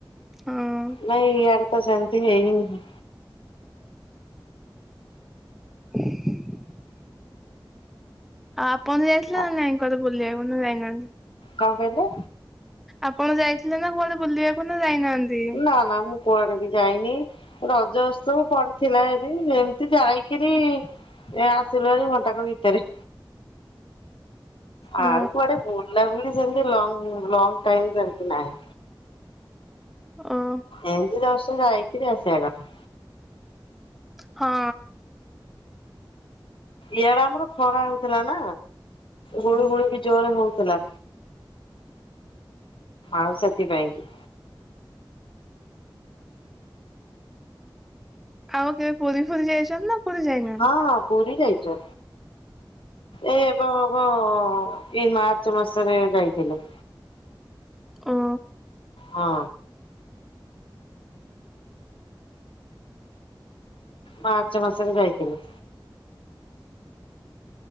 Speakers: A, in the centre; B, on the left (about 85°).
A: ହଁ ଆଉ
B: ନାଇଁ ଇଆଡେ ତ ସେମିତି ହେଇନି।
A: <inaudible> ଆଉ ଆପଣ ଯାଇଥିଲେ
B: କଣ
A: ନା ନାହିଁ କୁଆଡେ ବୁଲିବାକୁ ନା ଯାଇ ନାହାନ୍ତି?
B: କଁ କହିଲେ?
A: ଆପଣ ଯାଇଥିଲେ ନା କୁଆଡେ ବୁଲିବାକୁ ନା ଯାଇନାହାନ୍ତି?
B: ନା ନା ମୁଁ କୁଆଡେ ବି ଯାଇନି ରଜ ଉତ୍ସବ ପଡିଥିଲା ଏଇଠି ଯେମ ଏମିତି ଯାଇକିରି ଆସିଲୁ ଭାରି ଘଣ୍ଟାକ ଭିତରେ। ଆଉ
A: ଓ
B: କୁଆଡେ ବୁଲା ବୁଲି ସେମିତି ଲଙ୍ଗ୍ ଲଙ୍ଗ୍ ଟାଇମ୍ ସେମିତି ନାହିଁ।
A: ହଁ
B: ଏମିତ ଜଷ୍ଟ ଯାଇଥିଲି ଅପେକ୍ଷା କରି
A: ହଁ।
B: ଇଆଡେ ଆମର ଖରା ହଉଛି ଥିଲା ନା ଗୁଳୁ ଗୁଳି ବି ଜୋରେ ହଉଥିଲା। ଆଉ ସେଥିପାଇଁ କି
A: ଆଉ କେବେ ପୁରୀ ଫୁରୀ ଯାଇଛନ୍ତି ନା? ପୁରୀ ଯାଇନାହାନ୍ତି?
B: ହଁ ହଁ ପୁରୀ ଯାଇଛ ଏଇଏବେ ହବ ଏଇ ମାର୍ଚ୍ଚ ମାସରେ ଯାଇଥିଲୁ।
A: ଓ।
B: ହଁ। ମାର୍ଚ୍ଚ ମାସରେ ଯାଇଥିଲି।